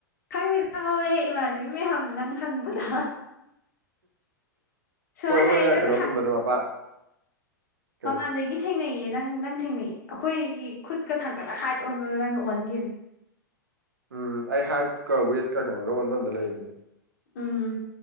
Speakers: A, on the left; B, on the right.
A: ꯈꯪꯗꯤ ꯈꯪꯍꯧꯋꯦꯍꯦ ꯏꯃꯥꯟꯅꯕꯤ ꯃꯌꯥꯝꯅ ꯅꯪ ꯍꯪꯕꯗ ꯁꯨꯃꯥꯏꯅ
B: ꯍꯣꯏ ꯃꯣꯏꯅ
A: ꯍꯥꯏꯌꯦ ꯅꯪ
B: ꯀꯩꯅꯣꯒꯨꯝꯕꯗꯣ ꯃꯄꯥ ꯀꯩ
A: ꯃꯄꯥꯟꯗꯒꯤ ꯊꯦꯡꯅꯩꯌꯦ ꯅꯪ ꯅꯪ ꯊꯦꯡꯅꯩꯌꯦ ꯑꯩꯈꯣꯏꯒꯤ ꯈꯨꯠꯀ ꯊꯥꯡꯀꯠꯂ ꯍꯥꯏꯠ ꯑꯣꯟꯕꯗꯣ ꯅꯪꯅ ꯑꯣꯟꯒꯤꯕꯅꯦ
B: ꯎꯝ ꯑꯩ ꯍꯥꯏꯠꯀ ꯋꯦꯠꯀ ꯀꯩꯅꯣꯒ ꯑꯣꯟꯕꯝꯗ ꯂꯩꯕꯅꯦ
A: ꯎꯝ